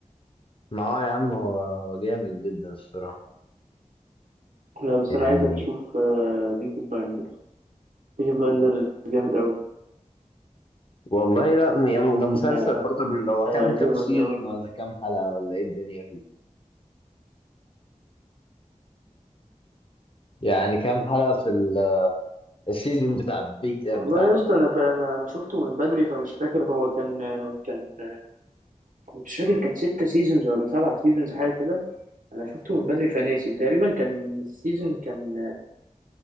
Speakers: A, on the left; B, on the right.
A: ما هو يا عم هو هو جامد جدا الصراحه
B: لا بس
A: يعني
B: انا عايزك تشوف بيكي بلايندر بيكي بلايندر جامد قوي
A: والله لا م- يعني ده مسلسل
B: هي-
A: برضه بال- هو
B: هيعجبك
A: كام كام سيزون
B: قوي
A: ولا كام حلقة ولا ايه الدنيا فيه يعني كام حلقة في ال- السيزون بتاع بيج
B: والله
A: بتاع
B: يا اسطى انا فا- انا أنا شفته من بدري فمش فاكر هو كان آه، كان مش فاكر كان ستة سيزونز ولا سبعة سيزونز حاجة كده أنا شفته من بدري فناسي وتقريبا كان السيزون كان